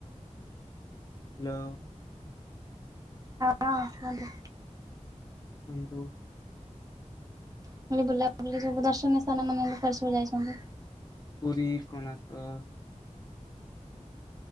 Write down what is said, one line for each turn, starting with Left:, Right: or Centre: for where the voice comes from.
Left: ହ୍ୟାଲୋ।
Right: ହଁ ଅଁ କୁହନ୍ତୁ।
Left: କୁନ୍ତୁ
Right: <unintelligible> ବୁଲା ବୁଲି ସବୁ ଦର୍ଶନୀୟ ସ୍ଥାନ ମାନ କୁଆଡେ ସବୁ ଯାଇଛନ୍ତି?
Left: ପୁରୀ, କୋଣାର୍କ।